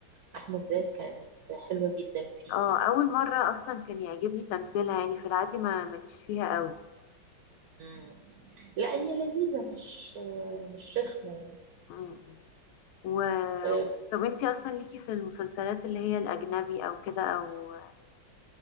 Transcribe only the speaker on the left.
اه
أول مرة أصلا كان يعجبني تمثيلها يعني في العادي ما ماليش فيها قوي
أمم، أمم. و...
و- طب انتي أصلا ليكي في المسلسلات اللي هي الأجنبي أو كده أو